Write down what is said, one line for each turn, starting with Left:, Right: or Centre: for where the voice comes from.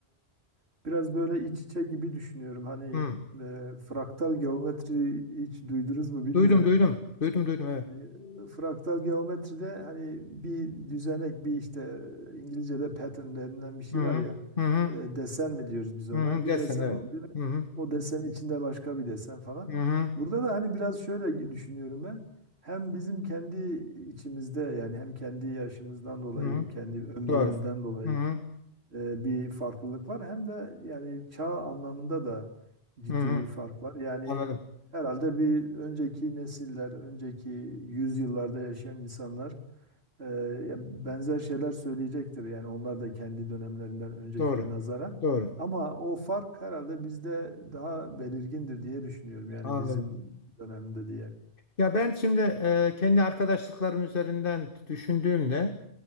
Right: e, biraz böyle iç içe gibi düşünüyorum. Hani
Left: Hı.
Right: e, fraktal geometri hiç duydunuz mu bilmiyorum.
Left: Duydum, duydum. Duydum, duydum evet.
Right: Hani e, fraktal geometride hani bir düzenek bir işte e, İngilizce'de pattern denilen bir şey
Left: Hı hı.
Right: var ya
Left: Hı hı.
Right: e, desen mi diyoruz biz ona
Left: Hı hı.
Right: bir
Left: Desen
Right: desen
Left: evet.
Right: oluyor.
Left: Hı hı.
Right: O desenin içinde başka bir desen falan.
Left: Hı hı.
Right: Burada da hani biraz şöyle düşünüyorum ben. Hem bizim kendi içimizde yani hem kendi yaşımızdan dolayı,
Left: Hı hı.
Right: kendi ömrümüzden
Left: Doğru.
Right: dolayı
Left: Hı hı.
Right: e, bir farklılık var. Hem de yani çağ anlamında da ciddi
Left: Hı hı.
Right: bir fark var. Yani
Left: Anladım.
Right: herhalde bir önceki nesiller, önceki yüzyıllarda yaşayan insanlar e, ya benzer şeyler söyleyecektir. Yani onlar da kendi dönemlerinden öncekine
Left: Doğru.
Right: nazaran.
Left: Doğru.
Right: Ama o fark herhalde bizde daha belirgindir diye düşünüyorum. Yani
Left: Anladım.
Right: bizim dönemde diye.
Left: Ya ben şimdi e, kendi arkadaşlıklarım üzerinden düşündüğümde